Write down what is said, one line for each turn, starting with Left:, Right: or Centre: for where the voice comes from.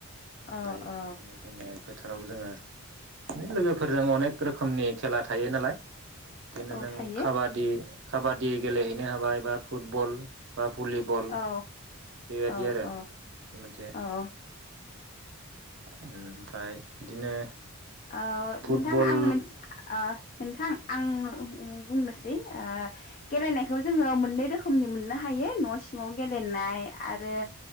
Right: ओमफ्राय
Left: औ औ
Right: बिदिनो जोङो <unintelligible> फोथाराव जोङो लोगो फोरजों अनेक रोखोमनि खेला थायो नालाय। बिदिनो
Left: औ
Right: नों
Left: थायो
Right: काबादि काबादि गेलेहैनो हाबाय बा फुटबल बा भलिबल
Left: औ
Right: बेबायदि
Left: औ
Right: आरो
Left: औ
Right: मोनसे मोनसे
Left: औ
Right: ओमफ्राय बिदिनो
Left: आ
Right: फुटबल
Left: नोंथां आं मोनसे <unintelligible> नोंथां आं बुंनोसै ओ गेलेनायखौ
Right: औ
Left: जोङो मोननै रोखोमनि मोननो हायो न सिङाव गेलेनाय आरो